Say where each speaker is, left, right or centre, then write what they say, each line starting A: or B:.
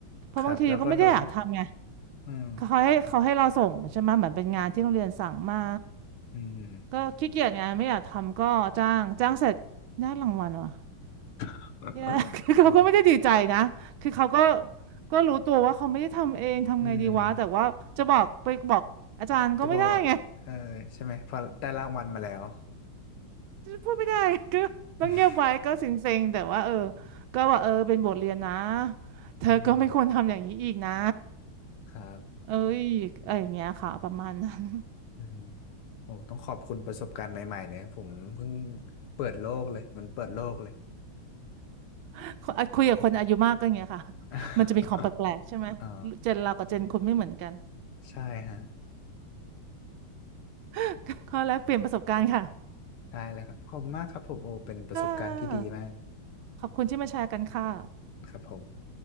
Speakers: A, on the right; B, on the left.
A: เพราะบางทีก็ไม่ได้อยากทำไง
B: ครับแล้วก็โดน อืม
A: เขาให้เขาให้เราส่งใช่ไหมเหมือนเป็นงานที่โรงเรียนสั่งมา
B: อืม
A: ก็ขี้เกียจไงไม่อยากทำก็จ้างจ้างเสร็จได้รางวัลวะ
B: <laughs>
A: เนี่ย <laughs> คือเขาก็ไม่ได้ดีใจนะคือเขาก็
B: โอ้
A: ก็รู้ตัวว่าเขาไม่ได้ทำเองทำไงดีวะ
B: อืม
A: แต่ว่าจะบอกไปบอกอาจารย์ก็ไม่ได้ไง
B: จะบอกว่าเออใช่ไหมพอได้รางวัลมาแล้ว
A: <laughs> พูดไม่ได้ <laughs> ก็ต้องเงียบไว้ก็เซ็งๆแต่ว่าเออ
B: <laughs>
A: ก็ว่าเออเป็นบทเรียนนะเธอก็ไม่ควรทำอย่างนี้อีกนะ
B: อืม ครับ
A: เอ้ยอะไรอย่างเงี้ยค่ะประมาณนั้น
B: อืมโอ้ต้องขอบคุณประสบการณ์ใหม่ๆเนี่ยผมเพิ่งเปิดโลกเลยมันเปิดโลกเลย
A: <laughs> คุยคุยกับคนอายุมากก็อย่างเงี้ยค่ะ
B: <laughs>
A: มันจะมีของแปลกๆใช่ไหม
B: อ่า
A: เจนเรากับเจนคุณไม่เหมือนกัน
B: ใช่ฮะ
A: <laughs> ข้อแลกเปลี่ยนประสบการณ์ค่ะ
B: ได้เลยครับขอบคุณมากครับผมโอ้เป็นประสบการณ์ที่ดีมาก
A: ค่ะขอบคุณที่มาแชร์กันค่ะ
B: ครับผม